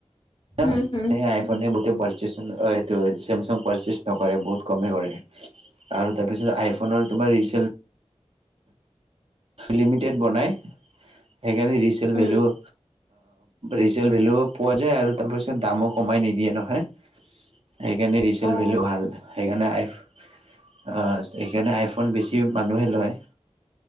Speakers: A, on the right (about 60°); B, on the left (about 50°).
A: এ
B: উম হুম হুম
A: আইফনে
B: হুম
A: গোটেই পৰচেছ অ, এইটো চোমচাং পৰচেছ নকৰে, বহুত কম কৰে। আৰু তাৰপিছত আইফোন আইফোনৰ
B: উম
A: তোমাৰ ৰিছেল লিমিটেড বনাই, সেইকাৰণে ৰিচেল
B: উম
A: ভেলু অ, ৰিচেল ভেলুও পোৱা যায় আৰু তাৰপিছত দামো কমাই নিদিয়ে নহয়। সেইকাৰণে ৰিচেল
B: অ
A: ভেলু ভাল, সেইকাৰণে- সেইকাৰণে আইফোন বেছি মানুহে লয়।